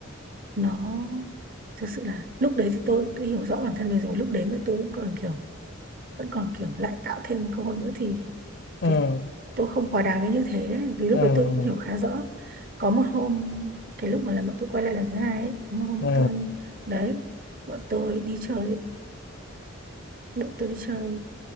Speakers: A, on the right (about 45°); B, on the left (about 55°).
A: nó thực sự là lúc đấy thì tôi đã hiểu rõ bản thân mình rồi lúc đấy mà tôi vẫn còn kiểu vẫn còn kiểu lại tạo thêm một cơ hội nữa thì
B: Ừ.
A: thì tôi không quá đáng đến như thế vì lúc
B: Ừ.
A: đấy tôi cũng hiểu khá rõ có một hôm cái lúc mà là bọn tôi quay lại lần thứ hai ấy, có một hôm
B: Ừ.
A: bọn tôi đấy bọn tôi đi chơi ấy, bọn tôi đi chơi